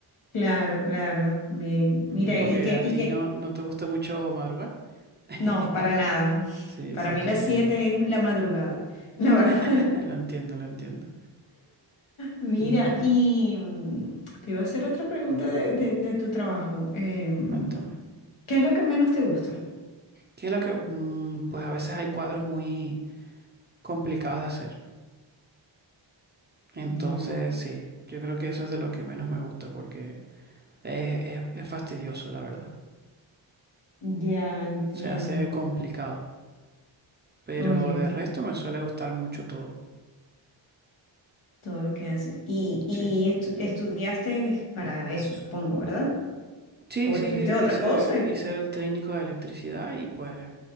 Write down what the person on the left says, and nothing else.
claro, claro, bien.
Mira,
y que,
y
que,
no, para nada. <laughs>
Para
mí
las
7 es la madrugada, la <laughs> verdad.
Mira,
y mm, te iba a hacer otra pregunta de, de- de tu trabajo. Em,
¿qué es lo que menos te gusta?
Ya,
ya entiendo.
Oye,
todo lo que haces. Y, y
estu- estudiaste para eso, supongo, ¿verdad?
¿O
estudiaste
otra cosa? y-